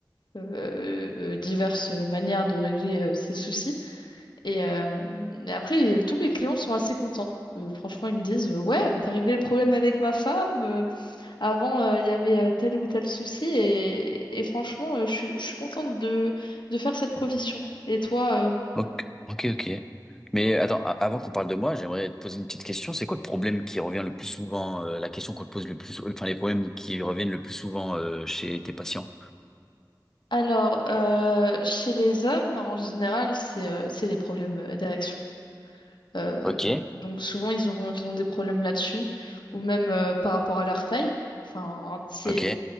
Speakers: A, on the left (about 75°); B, in the centre.
A: euh, euh, euh, diverses manières de régler euh, ses soucis. Et, euh, et après, tous mes clients sont assez contents. Euh, franchement, ils me disent, euh, ouais, t'as réglé le problème avec ma femme. euh, avant, euh, il y avait euh, tel ou tel souci et, et franchement, euh, je suis, je suis contente de, de faire cette profession. Et toi, euh,
B: Ok, ok, ok. Mais attends, a- avant qu'on parle de moi, j'aimerais te poser une petite question. C'est quoi le problème qui revient le plus souvent, euh, la question qu'on te pose le plus, euh, enfin les problèmes qui reviennent le plus souvent euh, chez tes patients?
A: alors, euh, chez les hommes, en général, c'est euh, c'est les problèmes euh, d'érection. Euh,
B: Ok,
A: donc donc souvent, ils ont, ils ont des problèmes là-dessus ou même euh, par rapport à leur taille, enfin, c'est
B: ok.